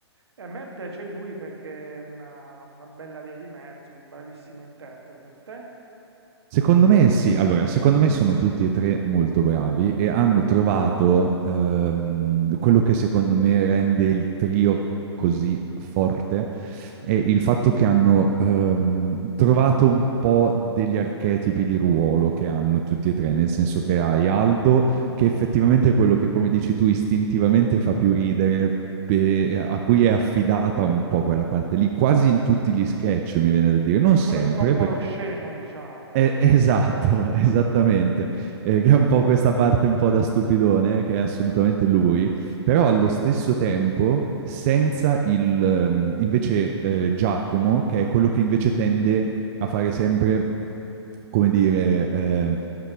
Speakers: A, on the right; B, on the right.
A: E a me piace lui perché è una, una bella via di mezzo, un bravissimo interprete. Te?
B: Secondo me sì, allora, secondo me sono tutti e tre molto bravi e hanno trovato ehm, quello che secondo me rende il trio così forte è il fatto che hanno ehm, trovato un po' degli archetipi di ruolo che hanno tutti e tre, nel senso che hai Aldo, che effettivamente è quello che, come dici tu, istintivamente fa più ridere, e a cui è affidata un po' quella parte lì, quasi
A: Sì.
B: in tutti gli sketch, mi viene da dire, non sempre,
A: Quello che fa un po'
B: perché
A: lo scemo, diciamo.
B: eh, esatto,
A: <laughs>
B: <laughs> esattamente, Eh, che è un po' questa parte un po' da stupidone, che è assolutamente lui, però allo stesso tempo senza il, ehm, invece, eh, Giacomo, che è quello che invece tende a fare sempre, come dire, eh,